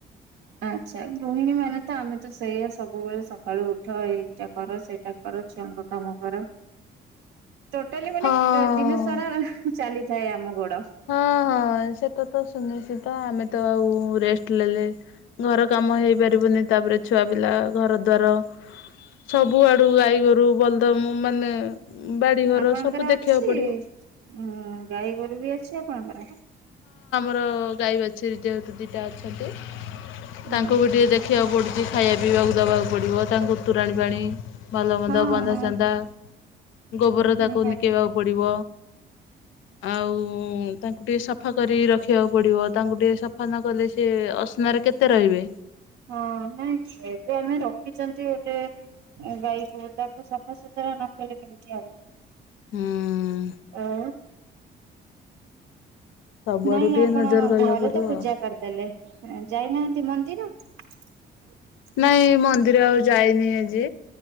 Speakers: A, on the right; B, on the left.
A: ଆଚ୍ଛା ଗୃହିଣୀ ମାନେ ତ ଆମେ ତ ସେଇଆ ସବୁବେଳେ ସକାଳୁ ଉଠ ଏଇଟା କର ସେଇଟା କର। ଛୁଆଁଙ୍କ କାମ କର। ଟୋଟାଲି ମାନେ
B: ହଁ।
A: କ୍ ଦିନ ସାରା ଚାଲିଥାଏ ଆମ ଗୋଡ
B: ହଁ ହଁ ସେଟା ତ ସୁନିଶ୍ଚିତ ଆମେ ତ ଆଉ ରେଷ୍ଟ ଲେଲେ ଘର କାମ ହେଇପାରିବନି ତାପରେ ଛୁଆ ପିଲା ଘର ଦ୍ୱାର ସବୁ ଆଡୁ ଗାଈଗୋରୁ ବଲଦ ମୁଁ ମାନେ ବାଡିଘର
A: ଆପଣଙ୍କର
B: ସବୁ ଦେଖିବାକୁ
A: ଅଛି
B: ପଡିବ।
A: ଉ ଗାଈ ଗୋରୁ ବି ଅଛି ଆପଣଙ୍କର
B: ର ଗାଈ ବାଛୁରୀ ଟେ ଦିଇଟା ଅଛନ୍ତି
A: ହୁଁ
B: ତାଙ୍କୁ ବି ଟିକେ ଦେଖିବାକୁ ପଡ଼ୁଛି ଖାଇବା ପାଇଁ ପିବାକୁ ଦବାକୁ ପଡିବ ତାଙ୍କୁ ଉ ତୋରାଣି ପାଣି ଭଲ ମନ୍ଦ
A: ହଁ
B: ବାନ୍ଧା
A: ହଁ
B: ଛଧା ଗୋବର ତାକୁ
A: ନିହାତି।
B: ନିକେଇବାକୁ ପଡିବ ଆଉ ଉଁ ତାଙ୍କୁ ଟିକେ ସଫା କରି ରଖିବାକୁ ପଡିବ ତାଙ୍କୁ ଟିକେ ସଫା ନକଲେ ସି ଅସନାରେ କେତେ ରହିବେ।
A: ହଁ ନାଇଁ ସେ ତୁ ଆମେ ରଖିଛନ୍ତି ଗୋଟେ ଗାଈକୁ ତାକୁ ସଫାସତୁରା ନ କଲେ କେମିତି ହବ?
B: ହଁ।
A: ଆଉ।
B: ସବୁଆଡୁ
A: ନାଇଁ
B: ଟିକେ
A: ଆପଣ
B: ନଜର କରିବାକୁ
A: ଘରେ
B: ପଡିବ
A: ତ ପୂଜା
B: ଆଉ।
A: କରିଦେଲେ ଯାଇନାହାନ୍ତି ମନ୍ଦି ମନ୍ଦିର।
B: ନାଇଁ ମନ୍ଦିର ଆଉ ଯାଇନି ଆଜି